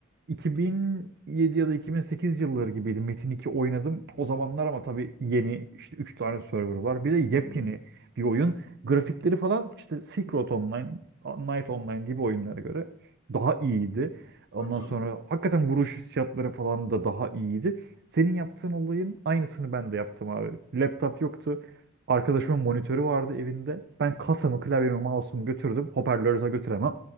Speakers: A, on the right; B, on the left.
A: 2007 ya da 2008 yılları gibiydi Metin 2 oynadım. O zamanlar ama tabii yeni işte 3 tane server var. Bir de yepyeni
B: Hı hı.
A: bir oyun. Grafikleri falan işte Silk Road Online, Night Online gibi oyunlara göre daha iyiydi. Ondan
B: Tabii canım.
A: sonra hakikaten vuruş hissiyatları falan da daha iyiydi. Senin yaptığın olayın aynısını ben de yaptım abi. Laptop yoktu. Arkadaşımın monitörü vardı evinde. Ben kasamı, klavyemi, mouse'umu götürdüm. Hoparlörü zaten götüremem.